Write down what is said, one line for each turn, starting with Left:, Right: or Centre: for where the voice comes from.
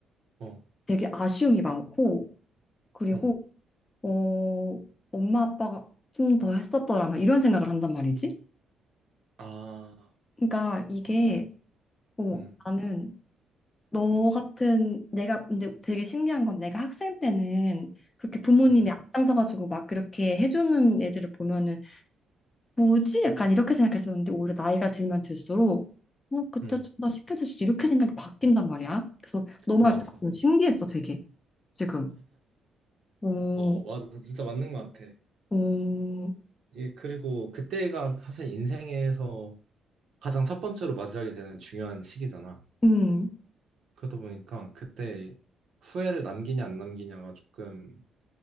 Right: 어,
Left: 되게 아쉬움이 많고 그리고
Right: 어,
Left: 어, 엄마 아빠가 좀 더 했었더라면 이런 생각을 한단 말이지.
Right: 아,
Left: 그러니까 이게
Right: 맞아,
Left: 어,
Right: 음,
Left: 나는 너 같은 내가 근데 되게 신기한 건 내가 학생 때는 그렇게 부모님이
Right: 음,
Left: 앞장서 가지고 막 그렇게 해주는 애들을 보면은 뭐지? 약간 이렇게 생각했었는데 오히려 나이가 들면 들수록 어, 그때
Right: 음,
Left: 좀 더 시켜주시지 이렇게 생각이 바뀐단 말이야. 그래서 너 말
Right: 맞아,
Left: 듣고 좀 신기했어 되게 지금. 오,
Right: 어, 맞아, 진짜 맞는 것 같아.
Left: 오,
Right: 예, 그리고 그때가 사실 인생에서 가장 첫 번째로 맞이하게 되는 중요한 시기잖아.
Left: 음,
Right: 그러다 보니까 그때 후회를 남기냐 안 남기냐가 조금